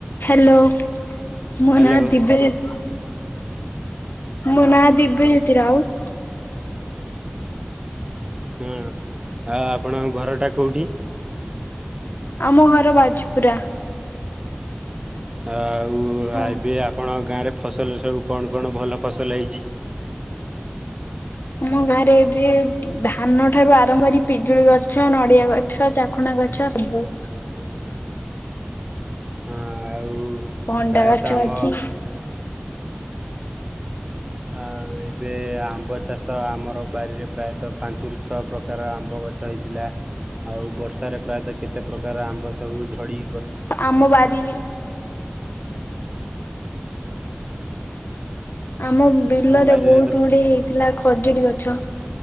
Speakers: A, on the left (about 60°); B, on the right (about 20°).
A: Hello ମୋ
B: hello
A: ନାଁ ଦିବେଶ ମୋ ନାଁ ଦିବ୍ୟଜ୍ୟୋତି ରାଉତ।
B: ହଁ ଆଉ ଆପଣଙ୍କ ଘର ଟା କୋଉଠି?
A: ଆମ ଘର ବାଜପୁରା।
B: ଆଉ
A: ହଁ
B: ଏବେ ଆପଣ ଗାଁରେ ଫସଲ ସବୁ କଣ କଣ ଭଲ ଫସଲ ହେଇଛି?
A: ଆମ ଗାଁ ରେ ଏବେ ଧାନ ଠାରୁ ଆରମ୍ଭ କରି ପିଜୁଳି ଗଛ ନଡିଆ ଗଛ ଚାକୁଣ୍ଢ ଗଛ ସବୁ।
B: ହଁ ଆଉ
A: ଭଣ୍ଡା
B: ପ୍ରାୟତଃ
A: ଗଛ
B: ଆମ
A: ଅଛି।
B: ଆଉ ଏବେ ଆମ୍ବ ଚାଷ ଆମର ବାରିରେ ପ୍ରାୟତଃ ପାଞ୍ଚରୁ ଛଅ ପ୍ରକ ପ୍ରକାର ଆମ୍ବ ଗଛ ହେଇଥିଲା ଆଉ ବର୍ଷାରେ ପ୍ରାୟତଃ କେତେ ପ୍ରକାର ଆମ୍ବ ସବୁ ଝଡି
A: ଆମ ବାରିରେ ଆମ ବିଲରେ
B: ବାରିରେ
A: ବହୁତ
B: ତ
A: ଗୁଡିଏ ହେଇଥିଲା ଖଜୁରୀ ଗଛ।